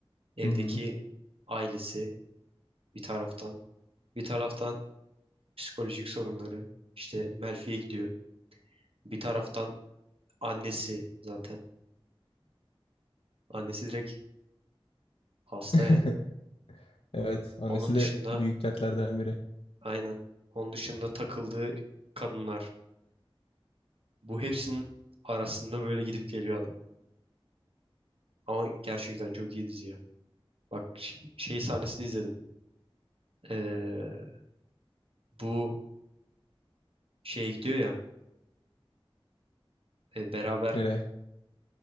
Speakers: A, on the right; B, on the left.
A: Evdeki
B: Hı hı.
A: ailesi bir taraftan. Bir taraftan psikolojik sorunları. İşte Melfi'ye gidiyor. Bir taraftan annesi zaten. Annesi direkt hasta
B: <laughs>
A: yani.
B: Evet. Annesi
A: Onun dışında
B: de büyük dertlerden biri.
A: aynen. Onun dışında takıldığı kadınlar. Bu hepsinin arasında böyle gidip geliyor adam. Ama gerçekten çok iyi dizi ya. Bak ş- şey sahnesini izledim. Ee, bu şeye gidiyor ya. e, beraber
B: Nereye?